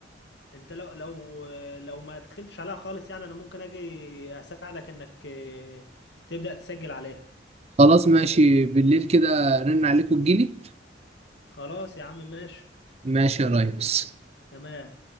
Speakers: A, on the left; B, on the right.
A: انت لو لو لو ما دخلتش عليها خالص يعني انا ممكن اجي اساعدك انك آه، تبدا تسجل عليها
B: خلاص ماشي بالليل كده رن عليكم تجيلي
A: خلاص يا عم ماشي
B: ماشي يا ريس
A: تمام